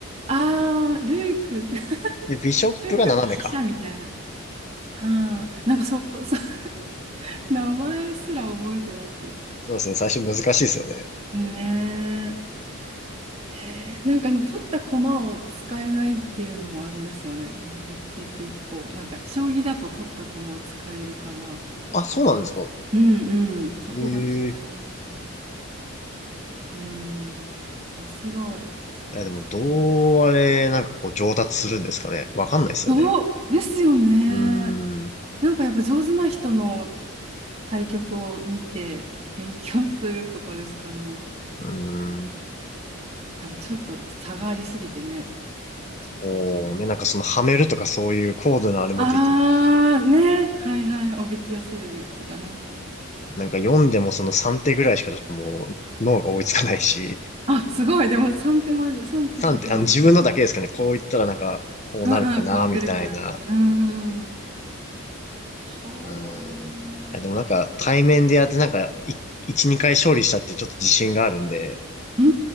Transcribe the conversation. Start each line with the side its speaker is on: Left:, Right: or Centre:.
Right: ああ、ルーク。<laughs>
Left: で、ビショップが斜めか。
Right: ルーク、飛車みたいな。はあ、なんかそう、そう <laughs> 名前すら覚えてないっていう。
Left: そうですね、最初難しいですよね。
Right: ねえ。へえなんかあの取った駒を使えないっていうのもあれですよね。もう減っていく一方。なんか将棋だと取った駒を使えるから。
Left: あ、そうなんですか。
Right: うんうん。そこが違いますね。
Left: ええ
Right: うん。面白い。そっかそっか。
Left: いや、でも、どうあれ、なんかこう、上達するんですかね。わかんないですよね。
Right: どうですよね。
Left: うーん、う
Right: なんかやっぱ上手な人の対局を見て勉強するとかですかね。
Left: ーん。
Right: でもちょっと差がありすぎてね。初心者だ。
Left: こうね、なんかその、はめるとかそういう高度なあれもできないし。
Right: あー、ね。はいはい。おびき寄せるとかね。そうです。
Left: なんか読んでもその3手ぐらいしかちょっともう、脳が追いつかないし。
Right: あ、すごい。でも三手まで、3手先まで。
Left: 3手、あの、自分のだけですかね。こう言ったらなんか、こうなるかな、
Right: うんうん、こう来るから、
Left: みたいな。
Right: こう。うんうん。はあ。
Left: うん。いや、でもなんか、対面でやってなんか、い一、二回勝利したってちょっと自信があるんで、
Right: うー